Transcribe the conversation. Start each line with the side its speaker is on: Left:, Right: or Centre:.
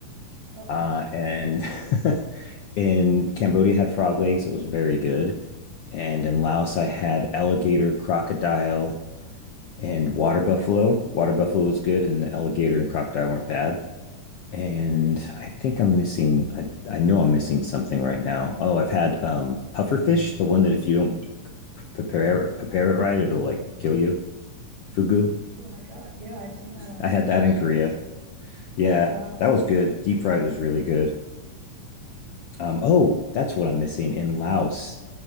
Right: Uh
Left: Uh,
Right: oh.
Left: and <laughs> in Cambodia, I had frog legs. It was very good. And in Laos, I had alligator, crocodile, and water buffalo. Water buffalo was good, and the alligator and crocodile weren't bad. And I think I'm missing. I I know I'm missing something right now. Oh, I've had um pufferfish, the one that if you don't e- prepare prepare it right, it'll like kill you. Fugu.
Right: Oh my God. Yeah, I've seen that on
Left: I had
Right: TV
Left: that in
Right: shows.
Left: Korea. Yeah,
Right: Wow.
Left: that was good. Deep fried was really good. Um, oh, that's what I'm missing in Laos.